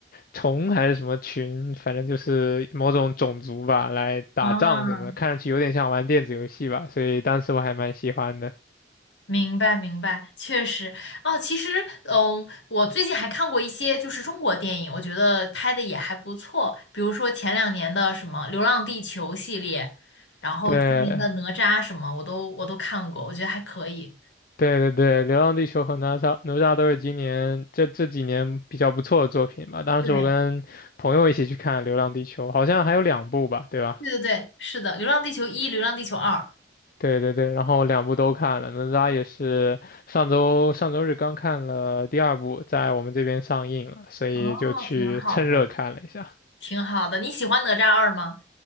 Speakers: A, on the left; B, on the left.
A: 虫还是什么群，反正就是某种种族吧，来打仗什么的，
B: 啊。
A: 看上去有点像玩电子游戏吧，所以当时我还蛮喜欢的。
B: 明白，明白，确实哦。其实，嗯，我最近还看过一些就是中国电影，我觉得拍的也还不错。比如说前两年的什么《流浪地球》系列，然后今年的《哪吒》什么，
A: 对，
B: 我都我都看过，我觉得还可以。
A: 对对对，《流浪地球》和哪吒哪吒都是今年这这几年比较不错的作品吧。当时我跟朋友一起去看《流浪地球》，
B: 对，
A: 好像还有两部吧，对吧？
B: 对对对，是的，《流浪地球一》《流浪地球二》，
A: 对对对，然后两部都看了，哪吒也是上周上周日刚看了第二部，在我们这边上映了，所以就去趁热看了一下。
B: 哦，挺好的，挺好的。你喜欢《哪吒二》吗？